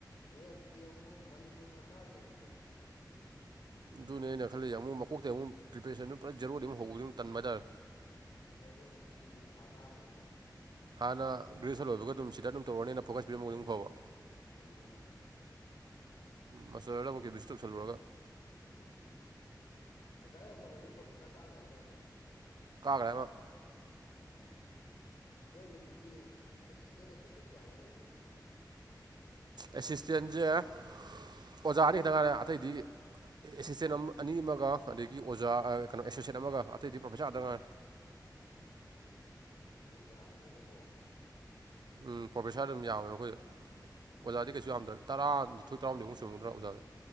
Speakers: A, on the left (about 65°); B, on the right (about 70°).
A: ꯅꯦꯠꯀꯤ ꯑꯃꯨꯛ ꯃꯅꯤꯄꯨꯔ ꯁꯔꯀꯥꯔꯒꯤ ꯑꯃꯨꯛ
B: ꯑꯗꯨꯅꯦꯩꯅ ꯈꯜꯂꯤꯖꯦ ꯑꯃꯨꯛ ꯃꯀꯣꯛ ꯑꯃꯨꯛ ꯄꯔꯤꯄꯦꯁꯟꯗꯨ ꯄꯨꯂꯞ ꯖꯦꯔꯣꯗꯒꯤ ꯍꯧꯕꯗꯨ ꯇꯟꯕ ꯍꯥꯏꯇꯥꯔꯦ
A: ꯑꯗꯨꯗꯗꯤ ꯑꯗꯨꯝ ꯁꯤꯡꯖꯨ ꯁꯥ ꯇꯥꯝꯃꯦꯕ
B: ꯍꯥꯟꯅ ꯒ꯭ꯔꯦꯖꯨꯁꯟ ꯂꯣꯏꯕ ꯑꯗꯨꯝ ꯁꯤꯗ ꯑꯗꯨꯝ ꯇꯧꯔꯅꯤꯅ ꯐꯣꯀꯁ ꯄꯤꯔꯝꯕ ꯑꯣꯏꯗꯤ ꯐꯕ
A: ꯎꯝ
B: ꯃꯁꯇꯔꯗ ꯑꯃꯨꯛ
A: ꯎꯝ
B: <unintelligible> ꯇꯧꯁꯜꯂꯨꯔꯒ
A: ꯎꯝ ꯑꯣꯖꯥ ꯌꯥꯏꯐꯕꯁꯨ ꯄ꯭ꯔꯣꯐꯦꯁꯥꯔ ꯀꯥꯈ꯭ꯔꯦ ꯍꯥꯏꯗꯥꯏꯅꯦ
B: ꯀꯥꯒ꯭ꯔ ꯃꯥ
A: ꯎꯝ ꯅꯣꯏꯗꯤ ꯑꯗꯨꯗꯤ ꯑꯦꯁꯤꯁꯇꯦꯟ ꯑꯦꯁꯣꯁꯤꯌꯦꯠ ꯀꯌꯥꯃꯨꯛ ꯂꯩꯒꯦ ꯑꯗꯨꯗꯤ
B: ꯑꯦꯁꯤꯁꯇꯦꯟꯁꯦ ꯑꯣꯖꯥ ꯑꯅꯤ ꯈꯦꯛꯇꯪ ꯉꯥꯏꯔꯦ ꯑꯇꯩꯗꯤ ꯑꯦꯁꯤꯁꯇꯦꯟ ꯑꯃ ꯑꯅꯤ ꯑꯃꯒ ꯑꯗꯒꯤ ꯑꯣꯖꯥ ꯀꯩꯅꯣ ꯑꯦꯁꯣꯁꯦꯠ ꯑꯃꯒ ꯑꯇꯩꯗꯤ ꯄ꯭ꯔꯣꯐꯦꯁꯔ ꯉꯥꯡꯇ ꯉꯥꯏꯔꯦ
A: ꯎꯝ ꯑꯗꯨ ꯌꯥꯝꯗꯦꯅꯦꯀꯣ
B: ꯎꯝ ꯄ꯭ꯔꯣꯐꯦꯁꯥꯔ ꯑꯗꯨꯝ ꯌꯥꯎꯋꯦ ꯑꯩꯈꯣꯏ
A: ꯎꯝ
B: ꯑꯣꯖꯥꯗꯤ ꯀꯩꯁꯨ ꯌꯥꯝꯗ꯭ꯔꯦ ꯇꯔꯥ ꯊꯣꯏ ꯇꯔꯥꯍꯨꯝꯗꯣꯏꯃꯨꯛ ꯁꯨꯔꯝꯒꯗ꯭ꯔ ꯑꯣꯖꯥ